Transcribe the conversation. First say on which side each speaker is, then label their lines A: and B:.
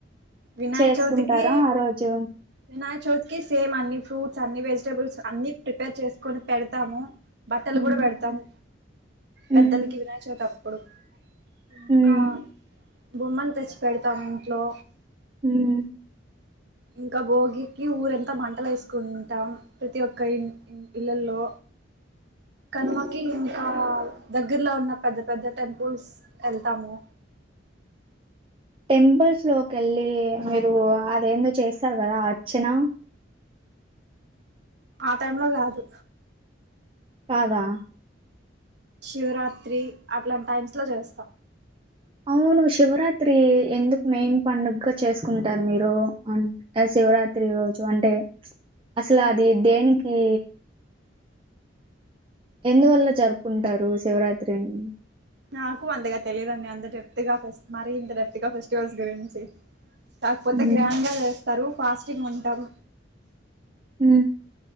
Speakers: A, on the right (about 60°); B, on the right (about 30°).
A: వినాయక
B: చేసుకుంటారా
A: చౌతికి
B: ఆ రోజు
A: వినాయక చోతికి సేమ్ అన్ని ఫ్రూట్స్ అన్ని వెజిటబుల్స్ అన్ని ప్రిపేర్ చేసుకొని పెడతాము బట్టలు
B: హ్మ్
A: కూడా పెడతాము
B: హ్మ్
A: పెద్దలకి వినాయక చవితి అ ఇప్పుడు ఇంకా
B: హ్మ్
A: బొమ్మలు తెచ్చి పెడతాము ఇంట్లో
B: ఉమ్
A: ఇంకా భోగికి ఊరంతా మంటలు వేసుకుంటాం ప్రతి ఒక్క ఇ ఇళ్లలో కనుమకి ఇంకా దగ్గర్లో ఉన్న పెద్ద పెద్ద టెంపుల్స్ వెళ్తాము
B: టెంపుల్స్ లోకి వెళ్ళి మీరు అదేందో చేస్తారు కదా అర్చనా
A: ఆ టైమ్ లో కాదు
B: కాదా
A: శివరాత్రి అట్లాంటి టైమ్స్ లో చేస్తాం
B: అవును శివరాత్రి ఎందుకు మెయిన్ పండుగ చేసుకుంటారు మీరు అ శివరాత్రి రోజు అంటే అసలు అది దేనికి ఎందువల్ల జరుపుకుంటారు శివరాత్రిని
A: నాకు అంతగా తెలియదండి అంత డెప్త్ గా మరి ఇంత డెప్త్ గా ఫెస్టివల్స్ గురించి కాకపోతే
B: ఉమ్
A: గ్రాండ్ గా చేస్ తరువు ఫాస్టింగ్ ఉంటాం
B: హమ్